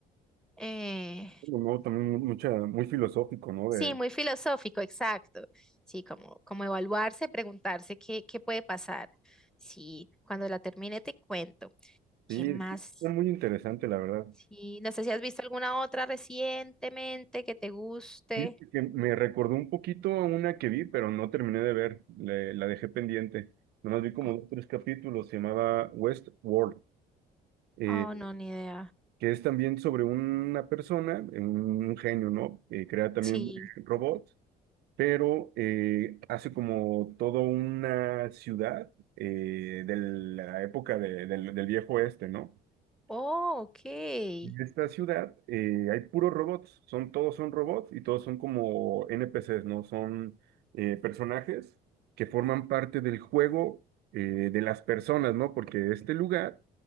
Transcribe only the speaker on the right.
No, también mu- mucha, muy filosófico, ¿no?
De,
sí,
es muy interesante, la verdad.
Fíjate que me recordó un poquito a una que vi, pero no terminé de ver, le- la dejé pendiente. Nomás vi como
dos, tres capítulos, se llamaba Westworld, eh,
que es también sobre una persona, eh, un, un genio, ¿no? Eh, crea también
eh, robots pero eh, hace como toda una ciudad eh, de la época de- del, del viejo oeste, ¿no?
En esta ciudad eh, hay puros robots, son, todos son robots y todos son como NPCs, ¿no? Son eh, personajes que forman parte del juego eh, de las personas, ¿no? Porque este lugar